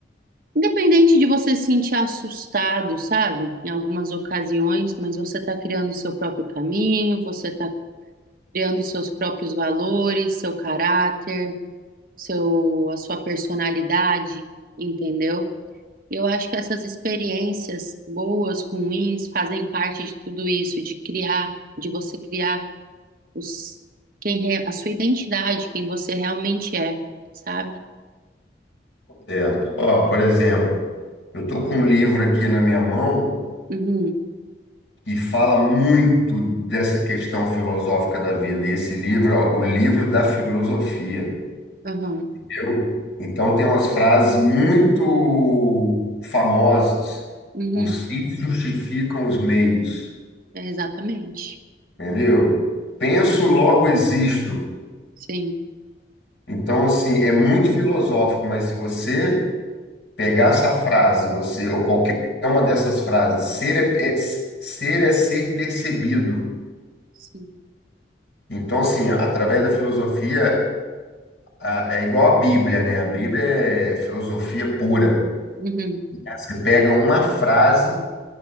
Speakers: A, on the right; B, on the left.
A: independente de você se sentir assustado, sabe? Em algumas ocasiões, mas você está criando seu próprio caminho, você está criando seus próprios valores, seu caráter, seu, a sua personalidade, entendeu? Eu acho que essas experiências boas, ruins, fazem parte de tudo isso, de criar, de você criar os, quem re- a sua identidade, quem você realmente é, sabe?
B: Certo. Ó, por exemplo, eu estou com um livro aqui na minha mão
A: Uhum,
B: que fala muito dessa questão filosófica da vida. E esse livro, ó, o livro da filosofia.
A: uhum,
B: Eu, então tem umas frases muito famosas.
A: uhum,
B: Os fins justificam os meios,
A: é exatamente.
B: entendeu? Penso, logo existo.
A: Sim,
B: Então, assim, é muito filosófico, mas se você pegar essa frase, você, ou qualquer uma dessas frases, ser é, é- ser é ser percebido.
A: sim,
B: Então, assim, através da filosofia, a- é igual a Bíblia, né? A Bíblia é filosofia pura.
A: uhum,
B: Você pega uma frase,